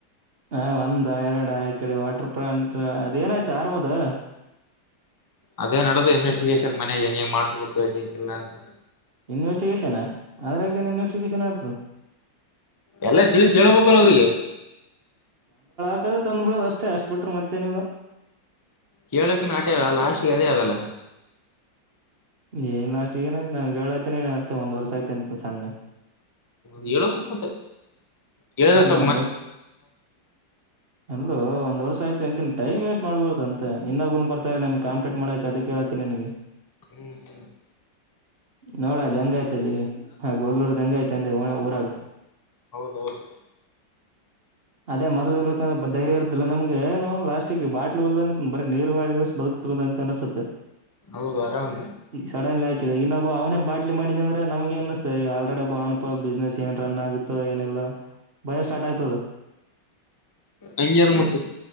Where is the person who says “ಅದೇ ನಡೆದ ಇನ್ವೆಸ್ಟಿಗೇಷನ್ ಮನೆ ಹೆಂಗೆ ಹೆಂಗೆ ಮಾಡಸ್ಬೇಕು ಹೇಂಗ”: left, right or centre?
Left